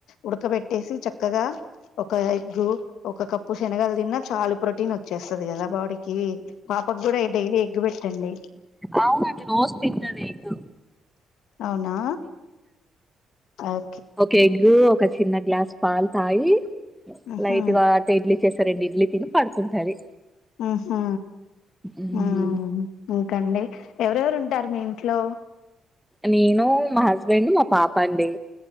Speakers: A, on the left; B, in the centre.
A: ఉడకబెట్టేసి చక్కగా. ఒక ఎగ్గు ఒక కప్పు శనగలు తిన్నా చాలు ప్రోటీన్ వచ్చేస్తుంది కదా బాడీకి. పాపకు కూడా డైలీ ఎగ్గు పెట్టండి.
B: అవును అది రోజు తింటది ఎగ్గు.
A: అవునా ఒ.
B: ఒక ఎగ్గు ఒక చిన్న గ్లాస్ పాలు తాయి
A: ఉహు
B: లైట్గా. ఇడ్లీ చేస్తా రెండు ఇడ్లీ తిని పడుకుంటాది.
A: ఊహు
B: మ్మ్.
A: ఉ ఇంకండి ఎవరెవరు ఉంటారు మీ ఇంట్లో.
B: నేను మా హస్బెండ్ మా పాప అండి.